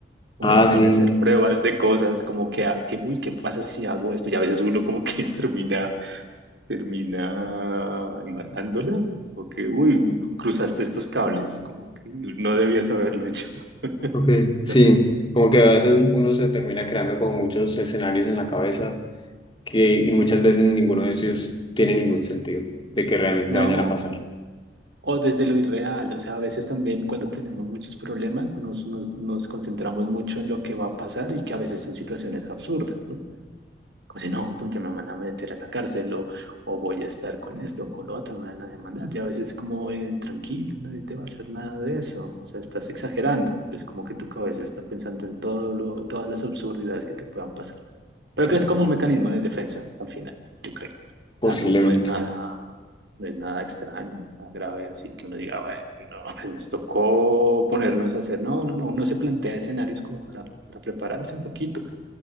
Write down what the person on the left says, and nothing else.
Ah,
sí.
Ok,
sí.
Como que a veces uno se termina creando con muchos escenarios en la cabeza que, y muchas veces ninguno de ellos tiene ningún sentido de que realmente
vayan a pasar.
Ok,
Posiblemente.